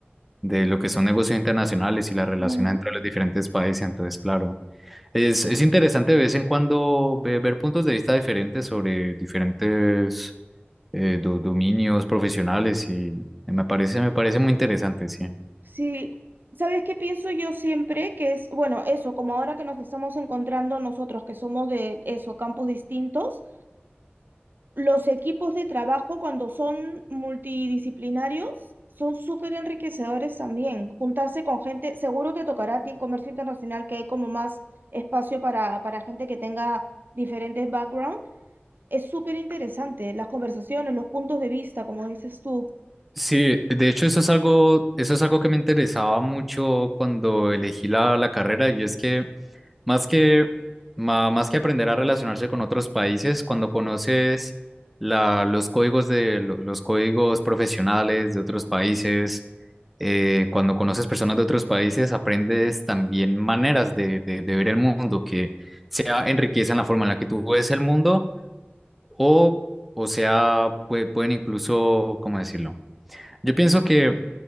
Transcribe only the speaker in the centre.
de lo que son negocios internacionales y las relaciones
entre los diferentes países. Entonces, claro, es, es interesante de vez en cuando ve- ver, puntos de vista diferentes sobre diferentes eh, do- dominios profesionales y me parece, me parece muy interesante, sí.
Sí, de hecho eso es algo, eso es algo que me interesaba mucho cuando elegí la, la carrera y es que Más que, ma- más que aprender a relacionarse con otros países, cuando conoces la, los códigos de lo- los códigos profesionales de otros países, eh, cuando conoces personas de otros países, aprendes también maneras de, de, de ver el mundo que sea enriquecen la forma en la que tú ves el mundo o, o sea, pue- pueden incluso, ¿cómo decirlo? Yo pienso que